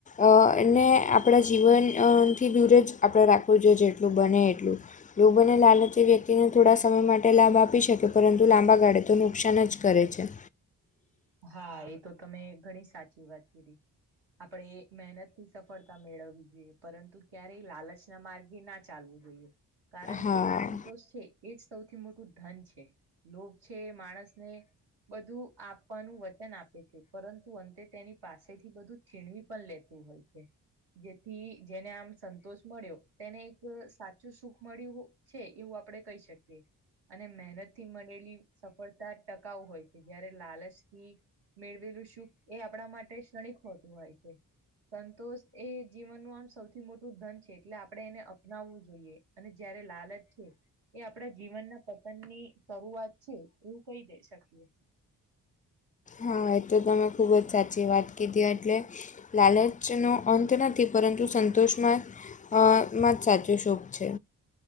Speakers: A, on the left; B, on the right.
A: અહ એને આપ આપડા જીવન અહ થી દૂરે જ આપડે રાખવું જોઈએ જેટલું બને એટલું. લોભ અને ને લાલચ વ્યક્ તી તેને થોડા સમય માટે લાભ આપી શકે પરંતુ લાંબા ગાળે તો નુકસાન જ કરે છે.
B: હા એ તો તમે ઘણી સાચી વાત કીધી. આપડે મહેનત થી સફળતા મેળવવી જોઈએ પરંતુ ક્યારેય લાલચ ના માર્ગે ના ચાલવું જોઈએ કારણ
A: હા
B: કે સંતોષ છે એજ સૌથી મોટું ધન છે લોભ છે એ માણસને બધું આપ વચન આપે છે પરંતુ અંતે તેની પાસેથી બધું છીણવી પણ લેતું હોય છે જેથી જેને આમ સંતોષ મળ્યો તેને એક સાચું સુખ મળ્યું છે એવું આપડે કહી શકીએ અને મહેનત થી મળેલી સફળતા ટકાઉ હોય છે જયારે લાલચ થી મેળવેલું શુખ એ આપણા માટે ક્ષણિક હોતું હોય છે સંતોષ એ જીવનનું આમ સૌથી મોટું ધન છે એટલે આપ પણે એને અપનાવવું જોઈએ અને જયારે લાલચ છે એ આપડા જીવનના પતન ની શરૂઆત છે એવું કહી દે શકીએ
A: હા એ તો તમે ખૂબ જ સાચી વાત કીધી એટલે લાલચનો અંત નથી પરંતુ સંતોષમાં અહ માં જ સાચું સુખ છે